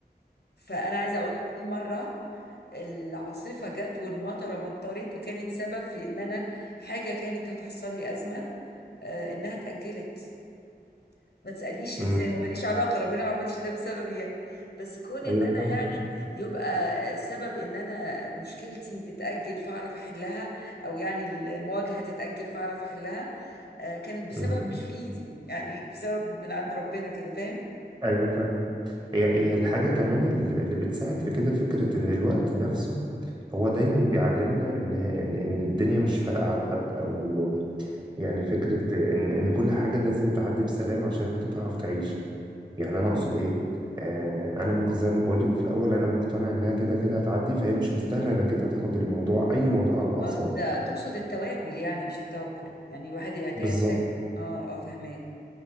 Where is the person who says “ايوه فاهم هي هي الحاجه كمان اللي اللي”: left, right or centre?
Right